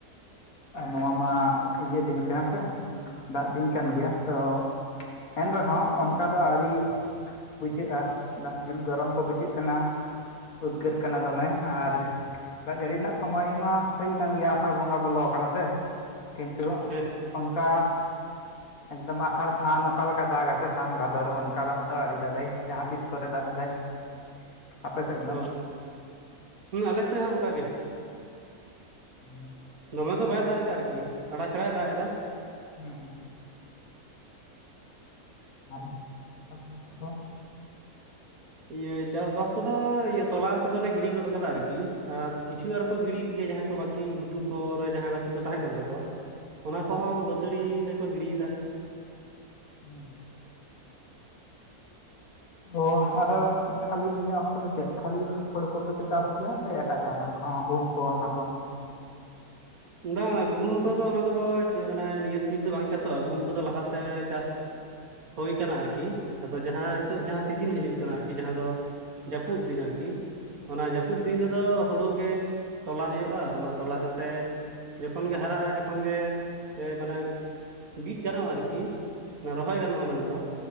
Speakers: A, on the left (about 65°); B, on the right (about 65°).
A: ᱟᱨ ᱱᱚᱣᱟ ᱢᱟ ᱤᱭᱟᱹ ᱫᱤᱱ ᱠᱟᱱᱟ ᱥᱮ ᱫᱟᱜ ᱫᱤᱱ ᱠᱟᱱ ᱜᱮᱭᱟ ᱛᱚ ᱮᱱ ᱨᱮᱦᱚᱸ ᱚᱱᱠᱟ ᱫᱚ ᱟᱹᱣᱨᱤ ᱵᱩᱡᱷᱟᱹᱜᱼᱟ᱾ ᱫᱟᱜ ᱫᱤᱱ ᱜᱚᱨᱚᱢ ᱠᱚ ᱵᱩᱡᱷᱟᱹᱜ ᱠᱟᱱᱟ ᱩᱫᱽᱜᱟᱹᱨ ᱠᱟᱱᱟ ᱫᱚᱢᱮ ᱟᱨ ᱫᱟᱜ ᱡᱟᱲᱤᱨᱮᱱᱟᱜ ᱥᱚᱢᱚᱭ ᱢᱟ ᱦᱩᱭ ᱟᱠᱟᱱ ᱜᱮᱭᱟ ᱟᱥᱟᱲ ᱵᱚᱸᱜᱟ ᱵᱚᱞᱚ ᱠᱟᱱᱟ ᱥᱮ ᱠᱤᱱᱛᱩ
B: ᱦᱮᱸ
A: ᱚᱱᱠᱟ ᱮᱠᱫᱚᱢ ᱟᱥᱟᱲ ᱥᱟᱱ ᱚᱠᱟ ᱞᱮᱠᱟ ᱫᱟᱜᱟ ᱥᱮ ᱥᱟᱱ ᱵᱷᱟᱫᱚᱨ ᱚᱱᱠᱟ ᱫᱟᱜ ᱫᱚ ᱟᱹᱨᱤ ᱫᱟᱜᱟᱭ ᱡᱟᱦᱟᱸ ᱛᱤᱥ ᱠᱚᱨᱮ ᱫᱟᱜ ᱮᱫᱟᱭ᱾ <unintelligible> ᱟᱯᱮ ᱥᱮᱫ
B: ᱚ,
A: ᱫᱚ?
B: ᱦᱚᱸ ᱟᱞᱮ ᱥᱮᱫ ᱦᱚᱸ ᱚᱱᱠᱟ ᱜᱮ᱾
A: ᱦᱚᱸ
B: ᱫᱚᱢᱮ ᱫᱚ ᱵᱟᱭ ᱫᱟᱜ ᱮᱫᱟ ᱟᱨᱠᱤ ᱟᱲᱟ ᱪᱷᱟᱲᱟᱭ ᱫᱟᱜ ᱮᱫᱟ᱾
A: ᱦᱮᱸ ᱦᱮᱸ ᱟᱨ ᱪᱟᱥ ᱵᱟᱥ ᱠᱚᱫᱚ?
B: ᱤᱭᱟᱹ ᱪᱟᱥᱵᱟᱥ ᱠᱚᱫᱚ ᱤᱭᱟᱹ ᱛᱚᱞᱟ ᱠᱚᱫᱚᱞᱮ ᱜᱤᱲᱤ ᱜᱚᱫ ᱠᱟᱫᱟ ᱟᱨᱠᱤ ᱟᱨ ᱠᱤᱪᱷᱩ ᱟᱨ ᱠᱚ ᱜᱤᱲᱮᱫ ᱜᱮᱭᱟ ᱡᱟᱦᱟᱸᱭ ᱠᱚ ᱵᱟᱠ ᱠᱤ ᱜᱷᱩᱴᱩ ᱠᱚᱨᱮ ᱡᱟᱦᱟᱸᱭ ᱵᱟᱹᱠᱤ ᱠᱚ ᱛᱟᱦᱮᱸ ᱠᱟᱱ ᱛᱟᱠᱚᱣᱟ ᱚᱱᱟ
A: ᱦᱮᱸ
B: ᱠᱚᱦᱚᱸ ᱵᱟᱹᱛᱟᱹᱲᱤ ᱨᱮᱠᱚ ᱜᱤᱰᱤᱭᱮᱫᱟ᱾
A: ᱦᱩᱸ ᱚ ᱟᱫᱚ ᱠᱷᱟᱹᱞᱤ ᱱᱤᱭᱟᱹ ᱚᱠᱛᱚ ᱫᱚ ᱪᱮᱫ, ᱠᱷᱟᱹᱞᱤ ᱦᱩᱲᱩ ᱠᱚᱜᱮᱯᱮ ᱪᱟᱥ ᱜᱮᱭᱟ ᱥᱮ ᱮᱴᱟᱜ ᱡᱟᱦᱟᱱᱟᱜ ᱠᱚᱦᱚᱸ ᱜᱩᱦᱩᱢ ᱠᱚ ᱚᱱᱟ ᱠᱚ?
B: ᱵᱟᱝ ᱚᱱᱟ ᱜᱩᱦᱩᱢ ᱠᱚᱫᱚ ᱚᱱᱟ ᱠᱚᱫᱚ ᱢᱟᱱᱮ ᱱᱤᱭᱟᱹ ᱥᱤᱡᱤᱱ ᱫᱚ ᱵᱟᱝ ᱪᱟᱥᱚᱜᱼᱟ ᱜᱩᱦᱩᱢ ᱠᱚᱫᱚ ᱞᱟᱦᱟᱛᱮ
A: ᱦᱮᱸ
B: ᱪᱟᱥ ᱦᱩᱭ ᱠᱟᱱᱟ ᱟᱨᱠᱤ ᱟᱫᱚ ᱡᱟᱦᱟᱸ ᱱᱤᱛᱚᱜ ᱡᱟᱦᱟᱸ ᱥᱤᱡᱤᱱ ᱦᱤᱡᱩᱜ ᱠᱟᱱᱟ ᱟᱨᱠᱤ ᱡᱟᱦᱟᱸ ᱫᱚ ᱡᱟᱹᱯᱩᱫ ᱫᱤᱱ ᱟᱨᱠᱤ ᱚᱱᱟ
A: ᱦᱮᱸ
B: ᱡᱟᱹᱯᱩᱫ ᱫᱤᱱ ᱨᱮᱫᱚ ᱦᱩᱲᱩ ᱜᱮ ᱛᱚᱞᱟ ᱦᱩᱭᱩᱜᱼᱟ ᱚᱱᱟ ᱛᱚᱞᱟ ᱠᱟᱛᱮᱜ ᱡᱚᱠᱷᱚᱱ ᱜᱮ ᱦᱟᱨᱟᱜᱼᱟ ᱡᱚᱠᱷᱚᱱ ᱜᱮ ᱢᱟᱱᱮ ᱵᱤᱫ ᱜᱟᱱᱚᱜᱼᱟ ᱟᱨᱠᱤ ᱚᱱᱟ ᱨᱚᱦᱚᱭ
A: ᱦᱮᱸ
B: ᱜᱟᱱᱚᱜᱼᱟ ᱢᱮᱱᱫᱚ